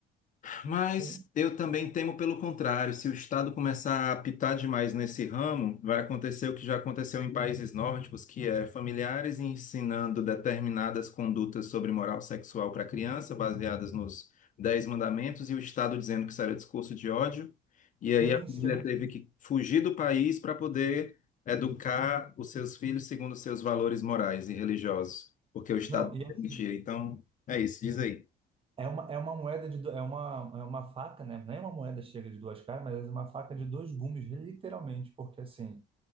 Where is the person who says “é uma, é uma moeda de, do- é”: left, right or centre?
Right